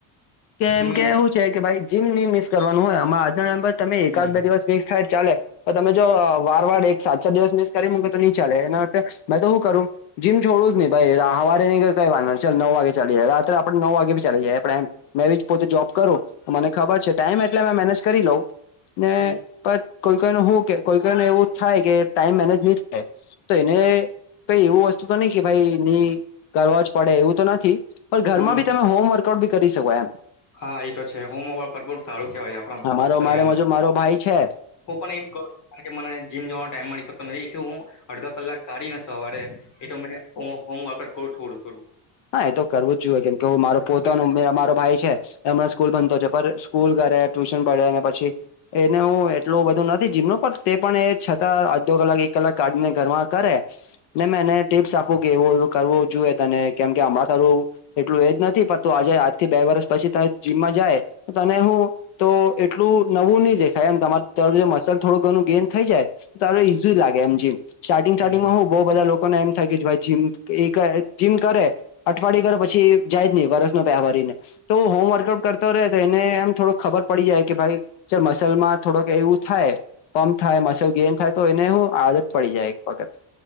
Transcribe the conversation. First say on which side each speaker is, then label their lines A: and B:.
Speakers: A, on the left; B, on the left.
A: કે
B: હમ
A: એમ કે એવું છે કે ભાઈ જીમ ન મિસ કરવાનું હોય આ આજ તમે એકાદ
B: હમ
A: બે દિવસ મિક્સ થાય ચાલે તો તમે જો વાર વાર એક સાત સાત દિવસ મિકસ કરી મુકો તો ન ચાલે એના મેં તો શું કરું જીમ છોડું જ નહી ભાઈવારે ન કઈ વાર ચાલ નવ વાગે ચા જ અ આપણે નો વાગે ભ ચલી જાય આપણેમ મે એ પોતે જોબ કરું મને ખબર છે ટાઈમ એટલે મે મેનેજ કરી લઉ ને
B: હમ
A: બ કોઈ કોઈ ન શું કે કોઈકઈ ન એવું થાય કે ટાઈમ મેનેજમીન્ટ તો એને કઈ એવું વસ્તુ તો નહી કે ભાઈ નની કરવા જ પડે એવું તો નથી પણ ઘરમાં
B: હમ
A: બી તમે હોમવર્કઆઉટી કરી શકો એમ
B: હા એ તો છે હોમવર્કટબોલ સારું કેવાય આપણા
A: અમારો
B: શરીરમાં
A: મારે જો મારો ભાઈ છે
B: હું પણ એ એ મને જીમ જવાનો ટાઈમ મળી શકતો નથી એથી હું અડધો કલાક કાઢી ને સવારે એટ મેં હોમવર્કટ કરું થોડું થોડું
A: હા એ તો કરવું જ જોઈએ કેમ કે હું મારો પોતાનું
B: પણ
A: મારો ભાઈ છે હમણાં સ્કૂલ બનતો છે પણ સ્કૂલ કરે ટ્યુશન પડે અને પછી એને હું એટલું બધું નથી જીમનું પણ તે પણ એ છતાં અડધો કલાક એક કલાક કાઢીને ઘરમાં કરે ન મેં એને ટીપ્સ આપું કે એવું કરવું જોઈએ તને કેમ કે હમણાં એટલું એજ નથી પણ તું આજે આજ થી બે વરષ પછી ત જીમમાં જાય તને હું તો એટલું નવું નહી દેખાય થ એમ તમારે તારું જો મસલ થોડું ઘણું ગેન થઈ જાય તો તારું ઈઝુ લાગે એમ જેમ સ્ટાર્ટિંગ
B: હમ
A: સ્ટાર્ટિંગમાં હ બહ બધા લોકોને એમ થાય કે ભાઈ જીમ જીમ કરે અઠવાડિયે પછી જાય જ નહીિ વરસનો પહેવારીને તો હોમવર્કઆઉટ કરતો રહે તો એને એમ થોડોક ખબર પડી જાય કે ભાઈ ચ મસલ માં થોડક એવું થાય પમ્પ થાય મસલ ગેન થાય તો એને હું આદત પડી જાય એક વખત